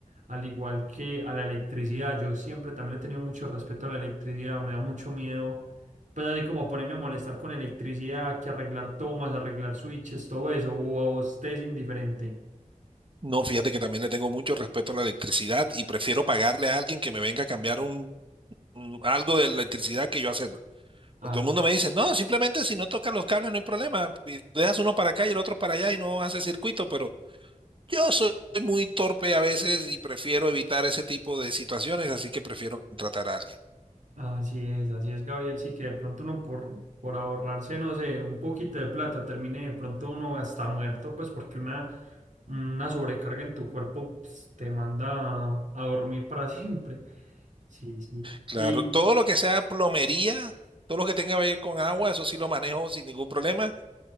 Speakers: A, on the right; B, on the right.
A: al igual que a la electricidad, yo siempre también le he tenido mucho respeto a la electricidad, me da mucho miedo pues así como ponerme a molestar con electricidad, que arreglar tomas, arreglar switches, todo eso, o a vos te es indiferente.
B: No, fíjate que también le tengo mucho respeto a la electricidad y prefiero pagarle a alguien que me venga a cambiar un, un- algo de electricidad que yo hacerlo.
A: Así,
B: Pues todo el mundo me dice, no, simplemente si no tocas los cables no hay problema. Y dejas uno para acá y el otro para allá y no hace circuito, pero yo soy muy torpe a veces y prefiero evitar ese tipo de situaciones, así que prefiero contratar a alguien.
A: así es, así es, Gabriel. Sí, que de pronto uno por, por ahorrarse, no sé, un poquito de plata, termine de pronto uno hasta muerto, pues porque una, una sobrecarga en tu cuerpo pues, te manda a, a dormir para <laughs> siempre. Sí, sí.
B: Claro,
A: Y
B: todo lo que sea plomería, todo lo que tenga que ver con agua, eso sí lo manejo sin ningún problema,